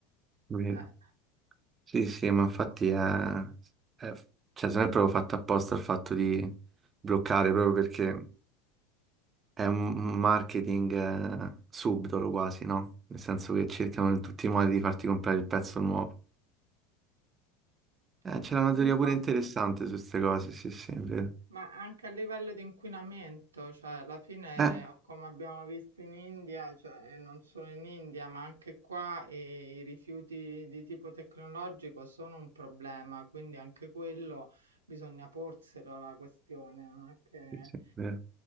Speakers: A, on the right (about 30°); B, on the right (about 75°).
A: vero.
B: Eh.
A: Sì, sì, ma infatti
B: Infatti
A: è, è- cioè, se non è proprio fatto apposta il fatto di bloccare, proprio perché è un un marketing eh, subdolo quasi, no? Nel senso che cercano in tutti i modi di farti comprare il pezzo nuovo. Eh, c'era
B: E comunque
A: una teoria pure
B: an
A: interessante su queste cose, sì, sì, è vero.
B: Ma anche a livello di inquinamento, cioè alla fine,
A: Eh,
B: come abbiamo visto in India, cioè e non solo in India, ma anche qua eh, i rifiuti di tipo tecnologico sono un problema, quindi anche quello bisogna porselo la questione, non è che
A: sì, sì, è vero.